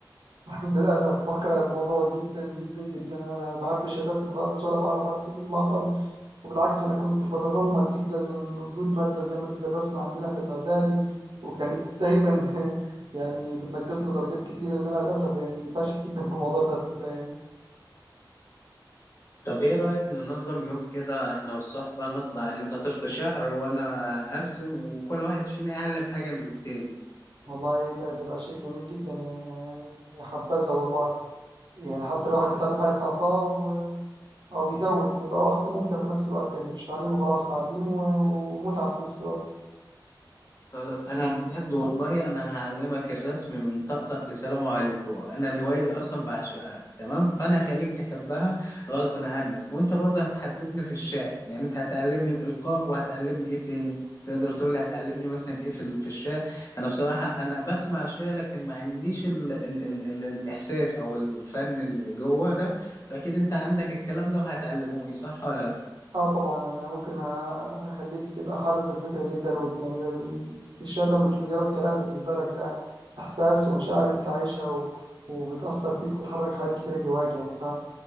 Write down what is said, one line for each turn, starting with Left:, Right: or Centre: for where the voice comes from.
Right: للأسف بكره الموضوع جدا جدا جدا أنا ما بحبش الرسم خالص ولا بعرف أرسم إطلاقا وبالعكس أنا كنت بتذمر جدا من وجود مادة زي مادة الرسم عندنا في الإعدادي وكانت دايما <laughs> يعني بتنقصنا درجات كتير إن أنا للأسف يعني فاشل جدا في موضوع الرسم ده يعني
Left: طب ايه رايك ننظم يوم كده احنا والصحبه نطلع انت تلقي شعر وانا ارسم وكل واحد فينا يعلم حاجه من التاني
Right: والله ده ده بقى شيء جميل جدا يعني آه، يا حبذا والله يعني حتى الواحد يتعلم حاجة ناقصاه و- أو يزود ويبقى وقت ممتع في نفس الوقت يعني مش تعليم وخلاص تعليم و- ومتعة في نفس الوقت
Left: خلاص انا بجد والله انا هعلمك الرسم من طقطق لسلام عليكم انا الهوايه دي اصلا بعشقها تمام فانا هخليك تحبها غصب عنك وانت برضه هتحببني في الشعر يعني انت هتعلمني الالقاء وهتعلمني ايه تاني تقدر تقول لي هتعلمني مثلا ايه في ال- في الشعر انا بصراحه انا بسمع الشعر لكن ما عنديش ال ال ال ال الاحساس او الفن اللي جوه ده فاكيد انت عندك الكلام ده وهتعلمهوني صح ولا لا
Right: اه طبعا يعني أنا ممكن اخليك تبقى حابب الفكره جدا وت- يعني الشعر ده مش مجرد كلام بالنسبه لك ده احساس ومشاعر انت عايشها و... وبتاثر فيك وتحرك حاجات كتيره جواك يعني ف